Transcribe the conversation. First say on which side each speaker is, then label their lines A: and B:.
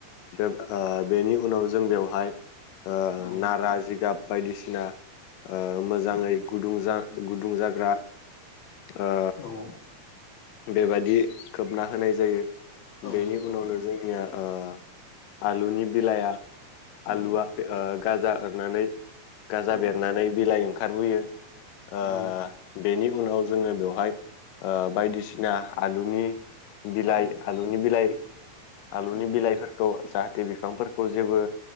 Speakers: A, on the left; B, on the left.
A: बे ओ बेनि उनाव जों बेवहाय ओ
B: औ
A: नारा जिगाब बायदिसिना ओ मोजाङै गुदुंजों गुदुं जाग्रा ओ
B: औ
A: बेबादि खोबना होनाय जायो
B: औ
A: बेनि
B: नंगौ
A: उनावनो जोंनिया ओ आलुनि बिलाइया
B: औ
A: आलुआ ओ गाजा होरनानै गाजा
B: औ
A: बेरनानै बिलाइ ओंखारबोयो। ओ
B: औ
A: बेनि उनाव जोङो बेवहाय ओ बायदिसिन ना आलुनि बिलाइ
B: औ
A: आलुनि बिलाइ आलुनि
B: औ
A: बिलाइफोर औ जाहाथे बिफांफोरखौ जेबो